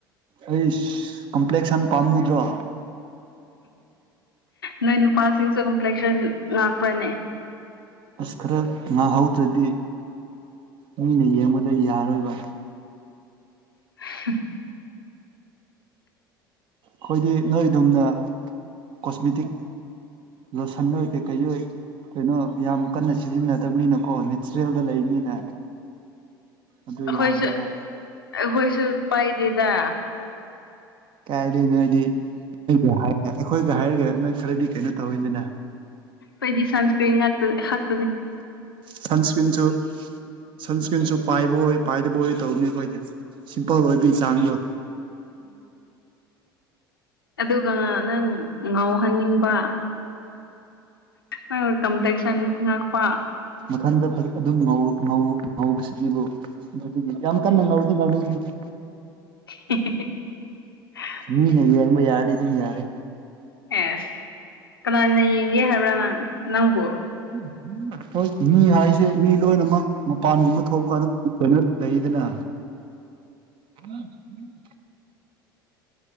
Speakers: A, on the right; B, on the left.
A: ꯍꯩꯁ ꯀꯝꯄ꯭ꯂꯦꯛꯁꯟ ꯄꯥꯝꯃꯨꯗ꯭ꯔꯣ꯫
B: ꯅꯣꯏ ꯅꯨꯄꯥꯁꯤꯡꯁꯨ ꯀꯝꯄ꯭ꯂꯦꯛꯁꯟ ꯉꯥꯛꯄ꯭ꯔꯅꯦ꯫
A: ꯑꯁ ꯈꯔ ꯉꯥꯏꯍꯧꯗ꯭ꯔꯗꯤ ꯃꯤꯅ ꯌꯦꯡꯕꯗ ꯌꯥꯔꯣꯏꯕ꯫
B: <unintelligible>
A: ꯑꯈꯣꯏꯗꯤ ꯅꯣꯏꯗꯨꯝꯅ ꯀꯣꯁꯃꯦꯇꯤꯛ ꯂꯣꯁꯟ ꯅꯣꯏ ꯀꯩꯀꯩꯑꫭꯏ ꯀꯩꯅꯣ ꯌꯥꯝ ꯀꯟꯅ ꯁꯤꯖꯤꯟꯅꯗꯕꯅꯤꯅꯀꯣ ꯅꯦꯆꯔꯦꯜꯗ ꯂꯩꯕꯅꯤꯅ ꯑꯗꯨ
B: ꯑꯈꯣꯏꯁꯨ
A: ꯌꯥꯗ꯭ꯔꯦꯕ
B: ꯑꯈꯣꯏꯁꯨ ꯄꯥꯏꯗꯦꯗ
A: ꯀꯥꯏꯗꯩ ꯅꯣꯏꯗꯤ <unintelligible> ꯑꯩꯈꯣꯏꯒ ꯍꯥꯏꯔꯒ ꯅꯣꯏ ꯈꯔꯗꯤ ꯀꯩꯅꯣ ꯇꯧꯋꯤꯗꯅ
B: ꯑꯩꯈꯣꯏꯗꯤ ꯁꯟꯀ꯭ꯔꯤꯡ ꯉꯥꯛꯇꯥ ꯑꯩꯍꯥꯛ
A: ꯁꯟꯁꯀ꯭ꯔꯤꯝꯖꯨ ꯁꯟꯁ꯭ꯀ꯭ꯔꯤꯟꯁꯨ ꯄꯥꯏꯕ ꯑꯣꯏ ꯄꯥꯏꯗꯕ ꯑꯣꯏ ꯇꯧꯕꯅꯤ ꯑꯩꯈꯣꯏꯗꯤ ꯁꯤꯝꯄꯜ ꯑꯣꯏꯕꯤ ꯆꯥꯡꯗꯣ
B: ꯎꯝ ꯑꯗꯨꯒꯉꯥ ꯅꯪ ꯉꯥꯎꯍꯟꯅꯤꯡꯕ ꯅꯪ ꯀꯝꯄ꯭ꯂꯦꯛꯁꯟ ꯉꯥꯛꯄ
A: ꯃꯊꯟꯇ ꯐꯠ ꯑꯗꯨꯝ ꯉꯧ ꯉꯧ ꯉꯧꯕꯁꯤꯗꯤꯕꯨ ꯑꯗꯨꯗꯒꯤ ꯌꯥꯝ ꯀꯟꯅ ꯉꯧ ꯑꯩ ꯉꯧꯅꯤꯡꯗꯦꯗ
B: <unintelligible>
A: ꯃꯤꯅ ꯌꯦꯡꯕ ꯌꯥꯔꯗꯤ ꯑꯗꯨꯝ ꯌꯥꯔꯦ
B: ꯑꯦꯁ ꯀꯅꯥꯅ ꯌꯦꯡꯒꯦ ꯍꯥꯏꯕ꯭ꯔꯥ ꯅꯪ ꯅꯪꯕꯨ
A: <inaudible> ꯍꯣꯏ ꯃꯤ ꯍꯥꯏꯁꯦ ꯃꯤ ꯂꯣꯏꯅꯃꯛ ꯃꯄꯥꯟꯒꯨꯝꯕ ꯊꯣꯞ ꯀꯥꯟꯗ ꯀꯩꯅꯣ ꯂꯩꯗꯅ
B: <inaudible>
A: <inaudible>